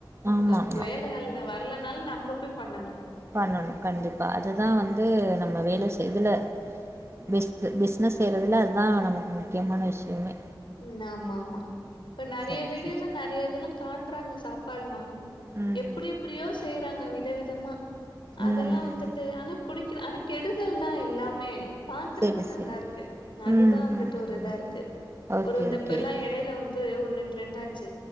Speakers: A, on the right; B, on the left.
A: ஆமா
B: கம்
A: ஆமா
B: வேலையாளுங்க வர் வர்லனாலு நம்ப போய் பண்ணனு
A: பண்ணனு கண்டிப்பா அதுதா வந்து நம்ம வேல செய்துல பெஸ்ட் இது பிஸ்னஸ் செய்றதுல அதுதா நமக்கு முக்கியமான விஷ்யமே
B: ம் ஆமாம்மா இப்ப நெறைய
A: சரி
B: வீடியோல்ல
A: சரி
B: நெறைய இதெல்லா காட்றாங்க சாப்பாட்லா
A: ம்
B: எப்டி எப்டியோ செய்றாங்க வித் தவிதமா அதெல்லா
A: ம்
B: வந்துட்டு ஆனா புடிக்கு ஆனா கெடுதல் தா எல்லாமே பாக்குறப்ப
A: சரி
B: நல்லா
A: சரி
B: இருக்கு அதுதா
A: ம்
B: வந்துட்டு
A: ம்
B: ஒரு இதா
A: ம்
B: இருக்கு
A: ஓகே
B: ஒரு இந்த
A: ஓகே
B: இப்பெல்லா
A: ஓகே
B: எடைல வந்து ஒன்னு ட்ரெண்ட் ஆச்சு